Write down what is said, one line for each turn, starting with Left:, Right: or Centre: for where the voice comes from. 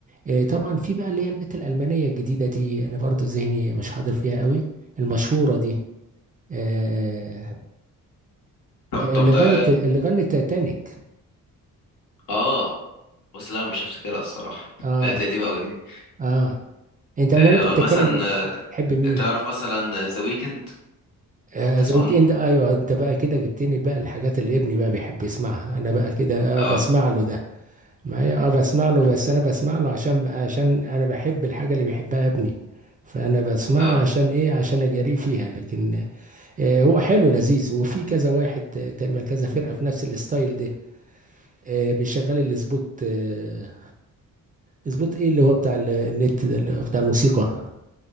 Right: آه طبعا في بقى اللي هي البت الالمانيه الجديده دي انا برضو ذهني مش حاضر فيها قوي المشهوره دي آه
Left: طب
Right: آه،
Left: طب
Right: اللي
Left: طب-
Right: غنت اللي غنت تايتانيك
Left: اه بس لا مش هفتكرها الصراحه
Right: اه
Left: لا دي قديمه قوي دي
Right: اه انت امال
Left: آه
Right: انت بتتكلم
Left: مثلا
Right: مين تحب مين
Left: آه، تعرف مثلا ذا ويكند
Right: آه،
Left: تسمع
Right: ذا ويك
Left: عنه
Right: اند ايوه انت بقى كده جبتني بقى الحاجات اللي ابني بقى بيحب يسمعها انا بقى كده
Left: اه
Right: آه، بسمع له ده ما هي اه
Left: مم.
Right: بسمع له بس انا بسمع له عشان عشان انا بحب الحاجه اللي بيحبها ابني فانا بسمعها
Left: اه
Right: عشان ايه عشان اجاريه فيها لكن آه هو حلو لذيذ وفي كذا واحد آه تقريبا كذا فرقه في نفس الستايل ده آه بيشغل الاسبوت آه اسبوت ايه اللي هو بتاع ال- النت ده اللي هو بتاع الموسيقى